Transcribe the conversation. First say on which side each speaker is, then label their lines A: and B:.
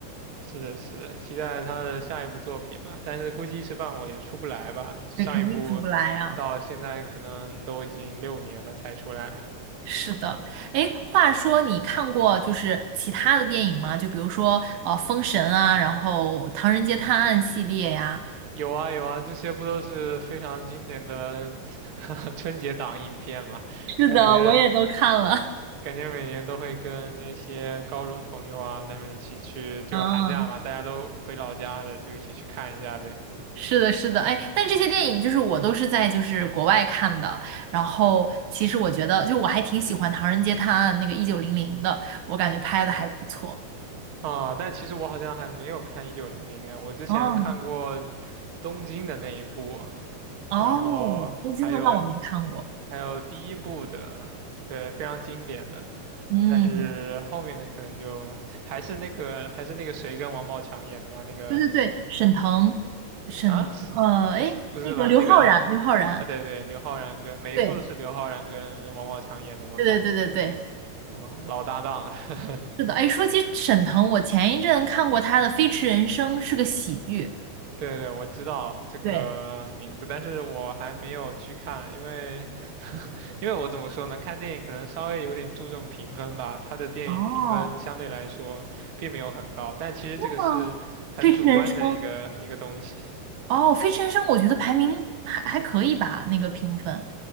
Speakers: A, on the right; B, on the right.
A: 是的，是的，期待他的下一部作品吧。但是估计一时半会也出不来吧，上一部
B: 对，肯定出不来啊。
A: 到现在可能都已经六年了才出来。
B: 是的，哎，话说你看过就是其他的电影吗？就比如说呃《封神》啊，然后《唐人街探案》系列呀，
A: 有啊有啊，这些不都是非常经典的 <laughs> 春节档影片嘛？
B: 是的，
A: 感觉
B: 我也都看了。
A: 感觉每年都会跟那些高中朋友啊，他们一起去，就是寒假嘛，
B: <laughs> 嗯，
A: 大家都回老家的，就一起去看一下呗。
B: 是的，是的，哎，但这些电影就是我都是在就是国外看的，然后其实我觉得就我还挺喜欢《唐人街探案》那个一九零零的，我感觉拍的还不错。
A: 啊，但其实我好像还没有看《一九零零》啊，我之前看过
B: 哦
A: 东京的那一部，
B: 哦，
A: 然后还有
B: 东京的那我没看过。
A: 还有第一部的，对，非常经典的。
B: 嗯，
A: 但是后面的可能就还是那个还是那个谁跟王宝强演的吧，那个
B: 对对对，沈腾，沈呃，
A: 啊，是不是不是吧？
B: 哎，那个刘昊然，
A: 那个
B: 刘昊然，
A: 啊，对对，刘昊然跟每一部都是刘昊然跟王宝强演的嘛，
B: 对对对对对对，
A: 嗯，老搭档了。<laughs>
B: 是的。哎，说起沈腾，我前一阵看过他的《飞驰人生》，是个喜剧。
A: 对对，我知道这个名字，
B: 对，
A: 但是我还没有去看，因为 <laughs> 因为我怎么说呢，看电影可能稍微有点注重评分吧，他的电影评分相对来说并没有很高，
B: 哦，
A: 但其实这个是很主观的一个一个东西
B: 是吗？《飞驰人生》。哦，《飞驰人生》我觉得排名还还可以吧，那个评分。